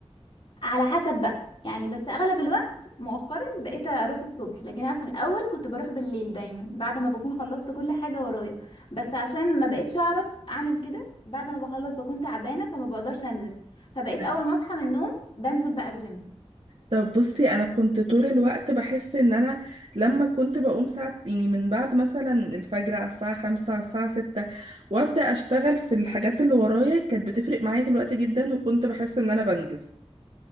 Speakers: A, on the left (about 55°); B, on the right (about 60°).
A: على حسب بقى يعني بس اغلب الوقت مؤخرا بقيت اروح الصبح لكن انا في الاول كنت بروح بالليل دايما بعد ما بكون خلصت كل حاجه ورايا بس عشان ما بقيتش اعرف اعمل كده بعد ما بخلص بكون تعبانه فما بقدرش انزل فبقيت
B: طيب.
A: اول ما اصحى من النوم بنزل بقى الجيم
B: طب بصي انا كنت طول الوقت بحس ان انا لما كنت بقوم ساعة يعني من بعد مثلا الفجر على الساعة خمسة على الساعة ستة وابدأ اشتغل في الحاجات اللي ورايا كانت بتفرق معايا في الوقت جدا وكنت بحس ان انا بنجز